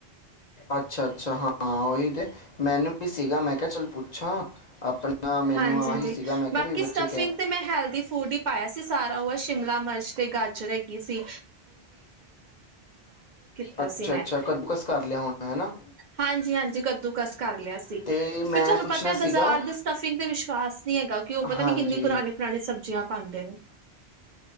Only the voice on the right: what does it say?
ਹਾਂਜੀ
ਹਾਂਜੀ
ਬਾਕੀ
ਸਟਫਿੰਗ ਤੇ ਮੈਂ ਹੈਲਦੀ ਫੂਡ ਹੀ ਪਾਇਆ ਸੀ ਸਾਰਾ ਉਹ ਸ਼ਿਮਲਾ ਮਿਰਚ ਤੇ ਗਾਜਰ ਹੈਗੀ ਸੀ ਤ
ਸੀ ਮੈਂ
ਹਾਂਜੀ ਹਾਂਜੀ ਕੱਦੂ ਕਸ ਕਰ ਲਿਆ ਸੀ
ਫਿਰ ਤੁਹਾਨੂੰ
ਪਤਾ ਬਾਜ਼ਾਰ
ਦੇ ਸਟਫਿੰਗ ਤੇ ਵਿਸ਼ਵਾਸ ਨੀ ਹੈਗਾ ਕਿ ਉਹ ਪਤਾ
ਨੀ ਕਿੰਨੀ ਪੁਰਾਣੀ ਪੁਰਾਣੀ ਸਬਜ਼ੀਆਂ ਪਾਾਂਂਦੇ ਨੇ